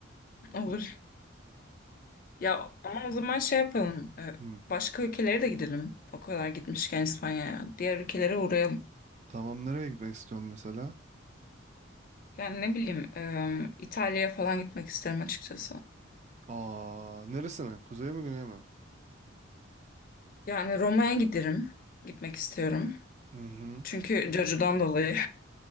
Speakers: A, on the left; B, on the right.
A: Olur. Ya ama o zaman şey yapalım. e,
B: Hmm.
A: Başka ülkelere de gidelim. O kadar gitmişken İspanya'ya. Diğer ülkelere uğrayalım.
B: Tamam nereye gitmek istiyorum mesela?
A: Yani ne bileyim, e, İtalya'ya falan gitmek isterim açıkçası.
B: Aa, neresine? Kuzey mi güney mi?
A: Yani Roma'ya giderim. Gitmek istiyorum.
B: Hı hı.
A: Çünkü Jojo'dan dolayı.